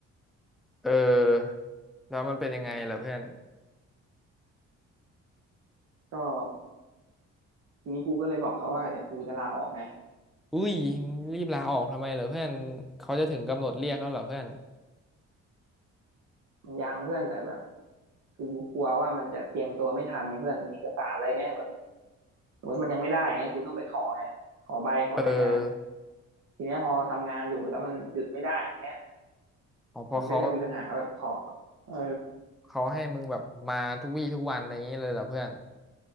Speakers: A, in the centre; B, on the right.
A: เออ แล้วมันเป็นยังไงล่อเพื่อน
B: ก็ทีนี้กูก็เลยบอกเขาว่าเดี๋ยวกูจะลาออกไง
A: อุ้ยรีบลาออกทำไมเหรอเพื่อนเขาจะถึงกำหนดเรียกแล้วเหรอเพื่อน
B: มันยังเพื่อนแต่แบบ คือกูกลัวว่ามันจะเตรียมตัวไม่ทันไงเพื่อนเอกสารอะไรเงี้ยแบบสมมติมันยังไม่ได้เงี้ยกูต้องไปขอไงขอใบขออะไรเงี้ย
A: เออ
B: ทีเนี้ยพอทำงานอยู่แล้วมันหยุดไม่ได้อย่างเงี้ย
A: อ๋อพอเขา
B: มันก็จะมีปัญหาแบบขอเออ
A: เขาให้มึงแบบมาทุกวี่ทุกวันอะไรอย่างนี้เลยเหรอเพื่อน